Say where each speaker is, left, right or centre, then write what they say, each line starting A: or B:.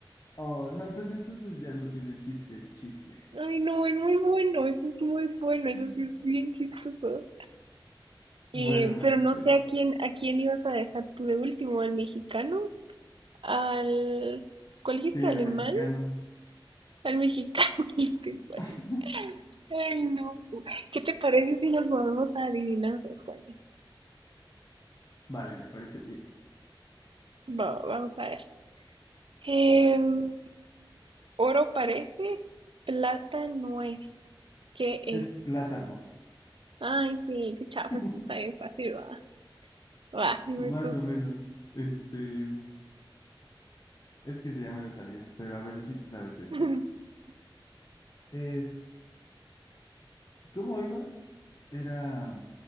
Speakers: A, on the left (about 45°); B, on the right (about 75°).
A: Oh, no, pues entonces ya no tiene chiste el chiste.
B: Ay, no, es muy bueno, eso es muy bueno, eso
A: <laughs>
B: sí es bien chistoso.
A: Bueno,
B: Y, pero
A: este,
B: no sé a quién, a quién ibas a dejar tú de último, al mexicano, al, ¿cuál dijiste?
A: sí,
B: ¿Alemán?
A: al mexicano.
B: Al mexicano, <laughs> dijiste,
A: <laughs>
B: Juan. Ay, no. ¿Qué te parece si nos movemos a adivinanzas, Juan?
A: Vale, me parece bien.
B: Va, va, vamos a ver. Em, oro parece, plata no es. ¿Qué es?
A: Es plátano.
B: Ay, sí, qué chafa,
A: <laughs>
B: eso está bien fácil, va. Va, dime
A: Más
B: tú.
A: o menos. Este, es que se ya me lo sabía, pero a ver si te sabes este.
B: <laughs>
A: Es, ¿cómo iba? Era